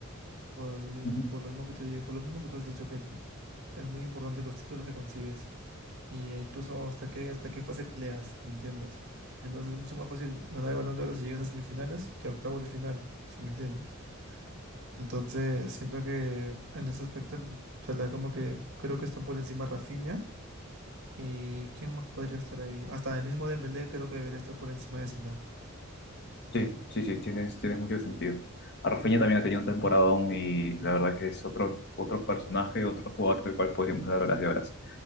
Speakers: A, on the right; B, on the left.
A: Por lo, mi-
B: Ujú.
A: por lo mismo que te digo, por lo mismo que tú has dicho que el- es muy importante los títulos que consigues y eh, incluso hasta qué, hasta qué fase peleas, ¿me entiendes? Entonces es mucho más fácil ganar el Balón de Oro si llegas a semifinales que a octavos de final, si me entiendes. Entonces siento que en ese aspecto el Salah como que creo que están por encima Rafinha y ¿quién más podría estar ahí? Hasta el mismo Dembélé creo que debería estar por encima de Salah.
B: Sí, sí, sí, tienes, tienes mucho sentido. A Rafinha también ha tenido un temporadón y la
A: Mm.
B: verdad que es otro, otro personaje, otro jugador del cual podríamos dar horas de horas.